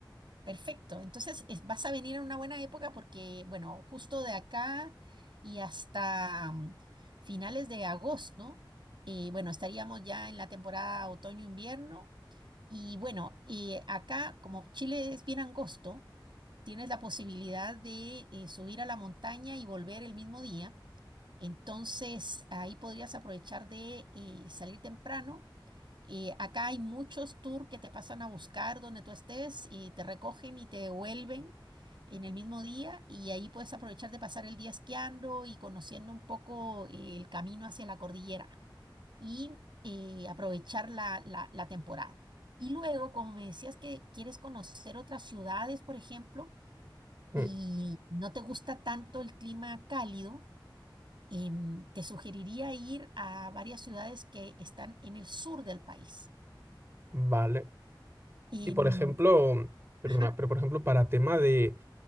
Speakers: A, on the right; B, on the right.
A: Perfecto. Entonces, es- vas a venir en una buena época porque, bueno, justo de acá y hasta mm, finales de agosto, eh, bueno, estaríamos ya en la temporada otoño-invierno. Y bueno, eh, acá, como Chile es bien angosto, tienes la posibilidad de eh, subir a la montaña y volver el mismo día. Entonces, ahí podrías aprovechar de eh, salir temprano y acá hay muchos tours que te pasan a buscar donde tú estés y te recogen y te devuelven en el mismo día y ahí puedes aprovechar de pasar el día esquiando y conociendo un poco eh, el camino hacia la cordillera y eh, aprovechar la, la, la temporada. Y luego, como me decías que quieres conocer otras ciudades, por ejemplo,
B: Mm,
A: y no te gusta tanto el clima cálido, em, te sugeriría ir a varias ciudades que están en el sur del país.
B: Vale.
A: Em,
B: Y por ejemplo, perdona,
A: Ajá.
B: pero por ejemplo, para tema de